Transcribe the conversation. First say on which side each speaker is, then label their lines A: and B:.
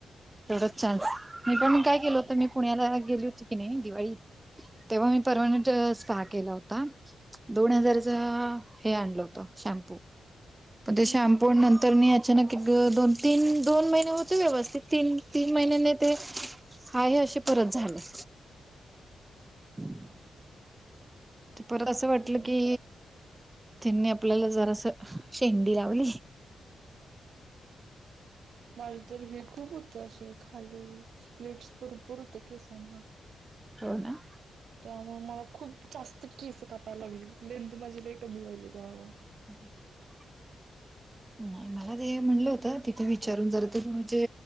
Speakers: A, on the right; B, on the right.
A: तेवढंच छान. <inaudible> मी पण काय केलं होतं, मी पुण्याला ही गेली होती की नाही, दिवाळी तेव्हा मी, परमनंट स्पा केला होता. दोन हजारचा हे आणल होत. शॅम्पू, पण ते
B: हम्म
A: शॅम्पू नंतर तर मी अचानक एक, दोन- तीन, दोन महिने होते व्यवस्थित. तीन, तीन महिनेणं ते हा, हे असे परत झाले. <inaudible> ते परत असं वाटलं
B: हम्म
A: की, त्यांनी आपल्याला जरासं शेंडी लावली.
B: मला तर हे खूप त्या अशी खाली, स्प्लिटस भरपूर होते केसांना.
A: हो ना?
B: त्यामुळ मला खूप जास्त केस कापायला लागली. लेंथ माझी लय कमी झालेली आहे अहो.
A: <inaudible> नाही मला ते म्हणलं होत तिथे विचारून जर तेणूचे